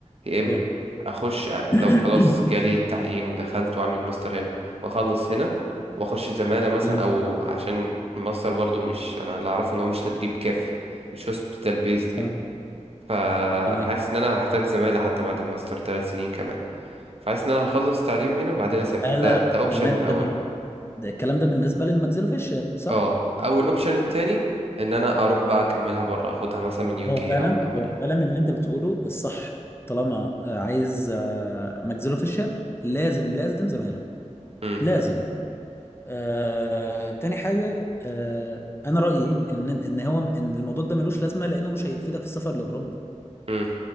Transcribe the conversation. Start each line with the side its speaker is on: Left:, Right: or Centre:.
Right: يا اما
Left: اوكي.
Right: اخش ع-
Left: <clears throat>
Right: لو خلاص جالي التعيين ودخلت واعمل ماستر هنا واخلص هنا واخش زمالة مثلا
Left: مهم.
Right: او عشان الماستر برضو مش انا اللي اعرفه ان هو مش تدريب كافي مش هوسبيتال بيزد
Left: سلام
Right: يعني فحاسس
Left: تمام
Right: ان انا هحتاج زمالة حتى بعد الماستر ثلاث سنين كمان فحاسس ان انا هخلص تعليم هنا بعدين اسافر
Left: زمالة
Right: ده ده اوبشن
Left: زمالة
Right: الاول
Left: ده بال- ده الكلام ده بالنسبة للماكسيلوفيشيال صح؟
Right: اه او الاوبشن التاني ان انا اروح بقى اكملها بره اخدها مثلا من يوكي
Left: هو فعلا
Right: او من المانيا
Left: هو فعلا اللي انت بتقوله الصح طالما آه، عايز آه، ماكسيلوفيشيال لازم لازم زمالة
Right: امم
Left: لازم آه، تاني حاجة آه، انا رأيي ان ان هو ان الموضوع ده ملوش لازمة لانه مش هيفيدك في السفر لاوروبا
Right: امم